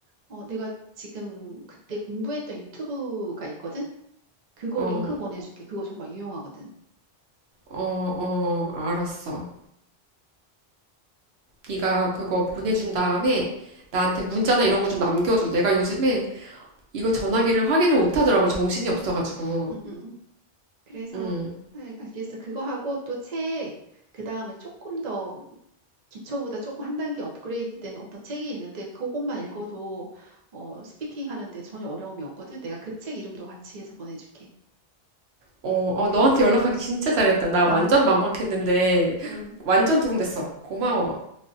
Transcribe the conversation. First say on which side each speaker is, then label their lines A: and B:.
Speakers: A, on the right; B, on the right.
A: 어, 내가 지금 그때 공부했던 유튜브가 있거든? 그거
B: 어,
A: 링크 보내줄게. 그거 정말 유용하거든.
B: 어, 어, 알았어. 네가 그거 보내준 다음에 나한테 문자나 이런 거 좀 남겨줘. 내가 요즘에 이거 전화기를 확인을 못 하더라고. 정신이 없어가지고.
A: 응, 응. 응. 그래서
B: 음.
A: 알- 알겠어. 그거 하고 또 책, 그 다음에 조금 더 기초보다 조금 한 단계 업그레이드된 어떤 책이 있는데 그것만 읽어도 어, 스피킹 하는데 전혀 어려움이 없거든. 내가 그 책 이름도 같이 해서 보내줄게.
B: 어, 어, 너한테 연락하기 진짜 잘했다. 나
A: <laughs>
B: 완전 막막했는데,
A: 응,
B: 완전 도움됐어. 고마워.